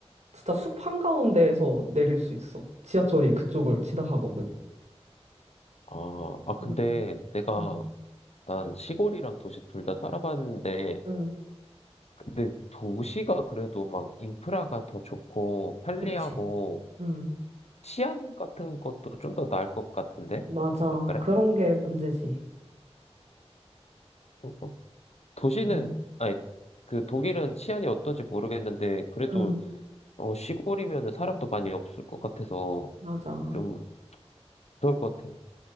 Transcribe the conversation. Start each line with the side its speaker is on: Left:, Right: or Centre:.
Right: 진짜 숲 한가운데에서 내릴 수 있어. 지하철이 그쪽을 지나가거든.
Left: 아, 아, 근데
Right: 응,
Left: 내가,
Right: 응,
Left: 난 시골이랑 도시 둘 다 살아봤는데,
Right: 응,
Left: 근데 도시가 그래도 막 인프라가 더 좋고 편리하고
Right: 그치. 응,
Left: 치안 같은 것도 좀 더 나을 것 같은데?
Right: 맞아.
Left: 안 그래?
Right: 그런 게 문제지.
Left: 어, 어. 도시는,
Right: 응,
Left: 아니, 그 독일은 치안이 어떤지 모르겠는데, 그래도
Right: 응,
Left: 어, 시골이면 사람도 많이 없을 것 같아서
Right: 맞아.
Left: 좀 무서울 것 같아.